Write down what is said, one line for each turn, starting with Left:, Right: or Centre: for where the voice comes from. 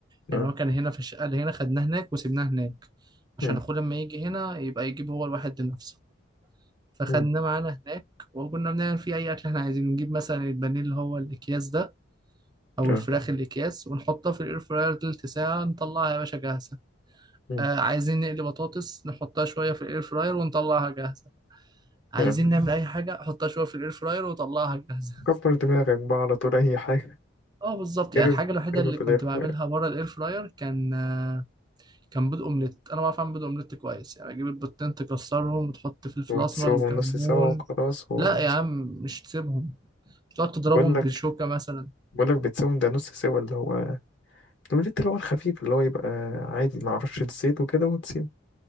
Right: يعني
Left: اه
Right: هو كان هنا في الشقه اللي هنا خدناه هناك وسيبناه هناك عشان
Left: مم.
Right: اخوه لما يجي هنا يبقى يجيب هو الواحد لنفسه فخدناه
Left: مم.
Right: معانا هناك وكنا بنعمل فيه اي اكل احنا عايزينه نجيب مثلا البانيه اللي هو الاكياس ده او
Left: اه
Right: الفراخ الاكياس ونحطها في الاير فراير تلت ساعه نطلعها يا باشا جاهزه
Left: مم.
Right: آه عايزين نقلي بطاطس نحطها شويه في الاير فراير ونطلعها جاهزه عايزين
Left: اه
Right: نعمل اي حاجه حطها شويه في الاير فراير وطلعها جاهزه
Left: كبر دماغك بقى على طول أي حاجة
Right: اه بالظبط يعني
Left: ارمي
Right: الحاجه الوحيده
Left: ارمي
Right: اللي
Left: في
Right: كنت
Left: الإرفاق
Right: بعملها بره الاير فراير كان آه كان بيض اومليت انا بعرف اعمل بيض اومليت كويس يعني اجيب البيضتين تكسرهم وتحط فلفل
Left: وتسيبهم
Right: اسمر وكمون
Left: نص سوا وخلاص و...
Right: لا يا عم مش تسيبهم تقعد تضربهم
Left: بقول لك
Right: بشوكه مثلا
Left: بقول لك بتسيبهم ده نص سوا اللي هو الأومليت اللي هو الخفيف اللي هو يبقى عادي مع رشة زيت وكده وتسيبه